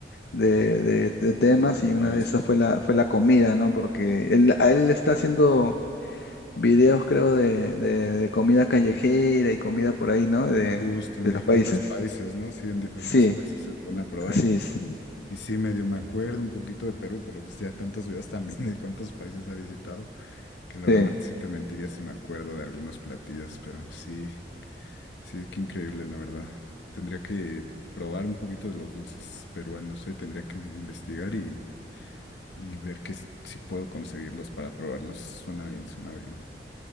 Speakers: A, on the left; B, on the left.
A: de, de- de temas
B: De
A: y una
B: países.
A: de esas fue la, fue la comida, ¿no? Porque él, a él le está haciendo videos, creo, de, de- de comida callejera y comida por ahí, ¿no? De,
B: Justo, en
A: de
B: diferentes
A: los países.
B: países, ¿no? Sí, en diferentes
A: Sí,
B: países se pone a probar
A: así
B: y pues,
A: es.
B: y sí, medio me acuerdo un poquito de Perú, pero pues ya tantos videos también de cuántos países ha visitado, que la
A: Sí,
B: verdad sí te mentiría si me acuerdo de algunos platillos, pero sí, Sí, qué increíble, la verdad. Tendría que probar un poquito de los dulces peruanos, ¿eh? Tendría que investigar y, y ver que s- si puedo conseguirlos para probarlos. Suena bien, suena bien.